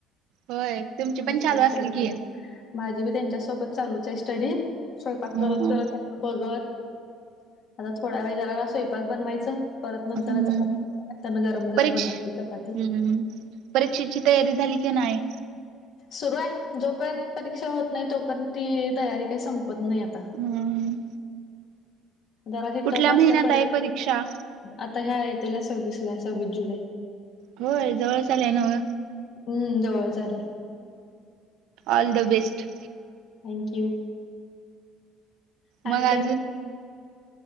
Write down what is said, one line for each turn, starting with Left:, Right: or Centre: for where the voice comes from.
Right: होय तुमची पण
Left: बसले
Right: चालू असेल
Left: स्टडी
Right: की
Left: माझी बी त्यांच्यासोबत चालूच आहे स्टडी स्वयंपाक
Right: हम्म
Left: करत करत बघत आता थोडा वेळ झाला स्वयपाक बनवायचं परत नंतर
Right: हम्म,
Left: चपाती गरम गरम
Right: परीक्ष
Left: बनवायची चपाती
Right: हम्म परीक्षेची तयारी झाली की नाही
Left: सुरू आहे जोपर्यंत परीक्षा होत नाही तोपर्यंत ती तयारी काही संपत नाही आता
Right: हम्म
Left: जरा हे
Right: कुठल्या
Left: टप असत्या
Right: महिन्यात आहे परीक्षा
Left: आता ह्या येतेल्या सव्वीसला, सव्वीस जुलै
Right: होय जवळ च आलय नव्ह
Left: हम्म जवळच आलेय
Right: ऑल द बेस्ट
Left: थँक्यू आणि
Right: मग अजून
Left: काय